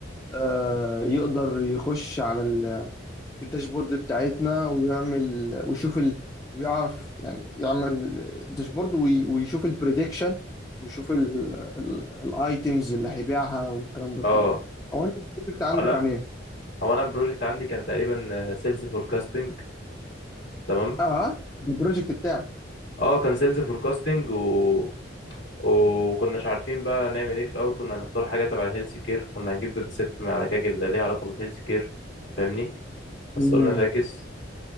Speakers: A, on the left; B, on the left.
A: آه، يقدر يخش على ال- الداشبورد بتاعتنا ويعمل ويشوف ال... ويعرف يعني يعمل داشبورد وي- ويشوف البريدكشن ويشوف الايتيمز اللي هيبيعها والكلام ده
B: اه
A: كله هو انت البروجكت عندك
B: آه، لا
A: عن ايه؟
B: هو انا البروجكت عندي كان تقريبا سيلز فوركاستنج تمام
A: اه ده البروجكت بتاعك
B: اه كان سيلز فوركاستنج و وكناش عارفين بقى نعمل ايه في الاول كنا هنختار حاجه تبع الهيلث كير كنا هنجيب داتا ست من على كاجل ليها علاقه بالهيلث كير فاهمني
A: مم.
B: بس قلنا فاكس